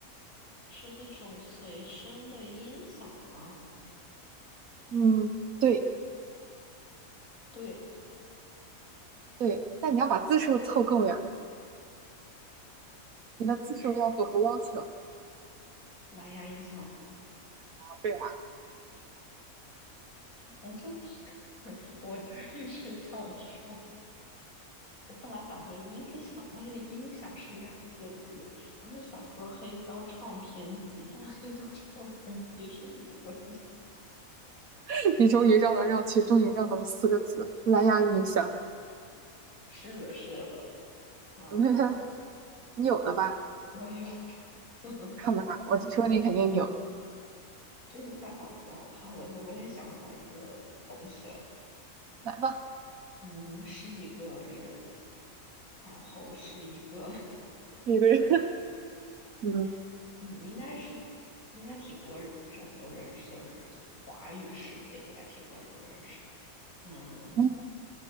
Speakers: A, on the left; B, on the right.
A: 是那种随身的音响吗？
B: 嗯，对
A: 对，
B: 对，但你要把字数凑够呀，你的字数要符合要求啊。
A: 那是蓝牙音响。
B: 对啦，
A: 我就 <laughs> 我就一直想说。我本来想说音响，但是音响是两个字，然后又想说黑胶唱片机，但是黑胶唱片机是五个字。
B: <laughs> 你终于绕来绕去，终于绕到了四个字，蓝牙音箱，
A: 是的，是的，那我
B: <laughs> 你有的吧？
A: 我有的，<laughs>
B: 看吧，我就说你肯定有，
A: 这也太好笑了。好的，那我也想好一个东西了，
B: 来吧，
A: 嗯，是一个人，然后是一个，
B: 一个人，<laughs> 嗯
A: <laughs> 嗯，应该是应该挺多人都认识，就是华语世界应该挺多人都认识的，嗯，
B: 嗯